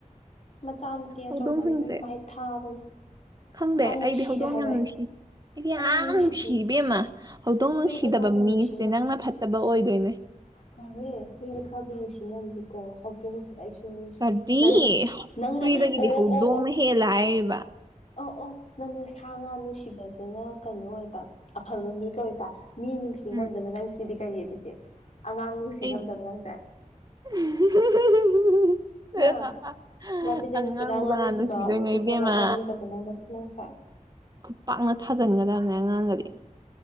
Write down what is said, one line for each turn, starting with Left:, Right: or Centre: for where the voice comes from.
Left: ꯃꯆꯥ ꯅꯠꯇꯦ ꯑꯆꯧꯕꯅꯦꯕ
Right: ꯍꯧꯗꯣꯡꯁꯤꯡꯁꯦ
Left: ꯃꯥꯏ ꯊꯥꯕꯅꯦ
Right: ꯈꯪꯗꯦ
Left: ꯌꯥꯝ ꯅꯨꯡꯁꯤꯗꯦ
Right: ꯑꯩꯗꯤ ꯍꯧꯗꯣꯡ
Left: ꯍꯥꯏꯕ
Right: ꯌꯥꯝ
Left: ꯑꯩ
Right: ꯂꯣꯏꯁꯤ ꯑꯩꯗꯤ
Left: ꯑꯩ
Right: ꯌꯥꯝ
Left: ꯅꯨꯡꯁꯤꯗꯦ
Right: ꯅꯨꯡꯁꯤꯕꯤꯦꯝꯃ ꯍꯧꯗꯣꯡ ꯅꯨꯡꯁꯤꯗꯕ
Left: ꯍꯨꯏꯗꯤ ꯈꯔꯕꯨ
Right: ꯃꯤꯁꯦ
Left: ꯅꯨꯡꯁꯤ
Right: ꯅꯪꯅ ꯐꯠꯇꯕ ꯑꯣꯏꯗꯣꯏꯅꯦ
Left: ꯀꯔꯦ ꯍꯨꯏꯅ ꯈꯔꯕꯨ ꯅꯨꯡꯁꯤꯅꯕꯅꯤꯀꯣ ꯍꯧꯗꯣꯡꯁꯤꯗ ꯑꯩꯁꯨ
Right: ꯀꯔꯤ
Left: ꯅꯪ ꯅꯪ
Right: ꯍꯨꯏꯗꯒꯤꯗꯤ
Left: ꯑꯣ
Right: ꯍꯧꯗꯣꯡꯅ
Left: ꯑꯣ ꯑꯣ
Right: ꯍꯦꯜꯂꯦ ꯍꯥꯏꯔꯤꯕ
Left: ꯑꯣ ꯑꯣ ꯅꯪꯅꯣ ꯁꯥ ꯉꯥ ꯅꯨꯡꯁꯤꯕꯁꯤꯅ ꯀꯩꯅꯣ ꯑꯣꯏꯕ ꯑꯐꯕ ꯃꯤ ꯀ ꯑꯣꯏꯕ ꯃꯤ ꯅꯨꯡꯁꯤꯉꯝꯗꯕ
Right: ꯎꯝ
Left: ꯅꯪ ꯁꯤꯗꯤ ꯀꯔꯤ ꯑꯗꯨꯗꯤ ꯑꯉꯥꯡ ꯅꯨꯡꯁꯤꯉꯝꯗꯕ
Right: ꯑꯩ
Left: ꯅꯪꯁꯦ
Right: <inaudible>
Left: ꯍꯥ ꯂꯝꯕꯤꯗ
Right: ꯑꯉꯥꯡꯕꯨ
Left: ꯆꯠꯄꯗ ꯑꯉꯥꯡ
Right: ꯀꯅꯥ
Left: ꯅꯨꯡꯁꯤꯕ
Right: ꯅꯨꯡꯁꯤꯗꯣꯏꯅꯣ
Left: ꯑꯃꯕꯨꯛ
Right: ꯏꯕꯦꯝꯃ
Left: ꯇꯂꯛꯅꯅꯤꯡꯗꯕ ꯅꯪꯗ ꯅꯪꯁꯦ
Right: ꯈꯨꯈꯠ ꯄꯥꯛꯅ ꯊꯥꯖꯤꯟꯒꯗꯕꯅꯦ ꯑꯉꯥꯡꯒꯗꯤ